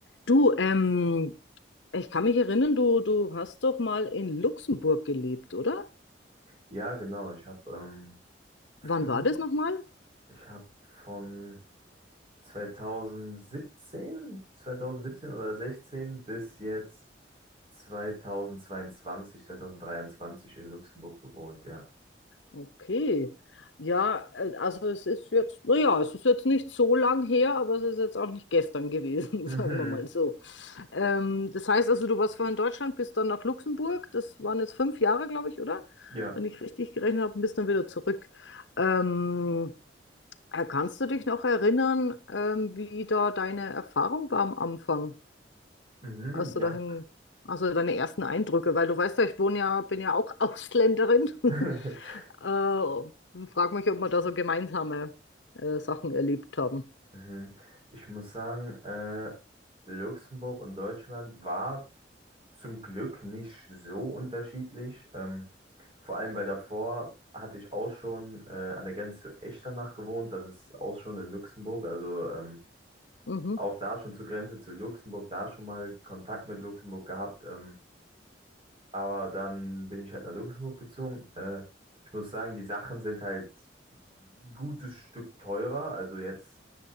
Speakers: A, on the left (about 80°); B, on the right (about 30°).
A: Du, ähm, ich kann mich erinnern, du, du hast doch mal in Luxemburg gelebt, oder?
B: Ja, genau. Ich habe ähm, fünf,
A: Wann war das nochmal?
B: ich habe von 2017, 2017 oder 16 bis jetzt 2022, 2023 in Luxemburg gewohnt, ja.
A: Okay. Ja, äh, also es ist jetzt, naja, es ist jetzt nicht so lang her, aber es ist jetzt auch nicht gestern gewesen,
B: Mhm,
A: <laughs> sagen wir mal so. Ähm, das heißt also, du warst vorher in Deutschland, bist dann nach Luxemburg, das waren jetzt fünf Jahre, glaube ich, oder?
B: ja,
A: Wenn ich richtig gerechnet habe, und bist dann wieder zurück. Ähm, äh, kannst du dich noch erinnern, ähm, wie da deine Erfahrung war am Anfang?
B: mhm,
A: als du
B: ja.
A: dahin, also deine ersten Eindrücke, weil du weißt ja, ich wohne ja, bin ja auch Ausländerin. <laughs>
B: <laughs>
A: äh, frag mich, ob wir da so gemeinsame äh, Sachen erlebt haben.
B: Mhm. Ich muss sagen, äh, Luxemburg und Deutschland war Zum Glück nicht so unterschiedlich. Ähm, vor allem, weil davor hatte ich auch schon äh, an der Grenze zu Echternach gewohnt. Das ist auch schon in Luxemburg. Also ähm,
A: Mhm.
B: auch da schon zur Grenze zu Luxemburg, da schon mal Kontakt mit Luxemburg gehabt. Ähm, aber dann bin ich halt nach Luxemburg gezogen. Äh, ich muss sagen, die Sachen sind halt ein gutes Stück teurer. Also jetzt